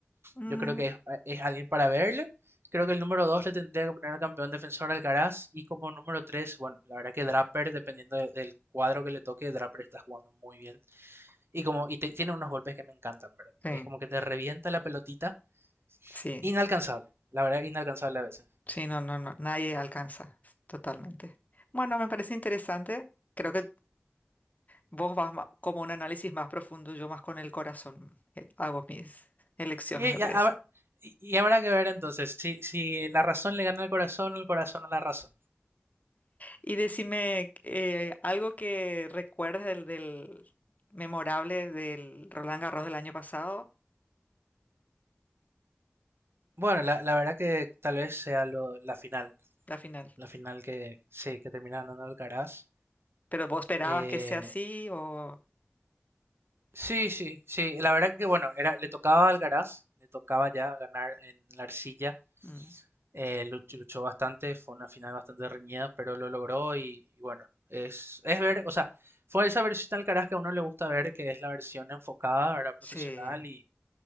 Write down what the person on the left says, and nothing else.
mm,
Sí,
sí.
Sí, no, no, no, nadie alcanza, totalmente. Bueno, me parece interesante. Creo que vos vas ma- como un análisis más profundo, yo más con el corazón eh, hago mis elecciones,
me
parece.
Y decime eh, algo que recuerdes del, del memorable del Roland Garros del año pasado,
la final.
Pero vos esperabas
que sea así o...
Mm,
sí,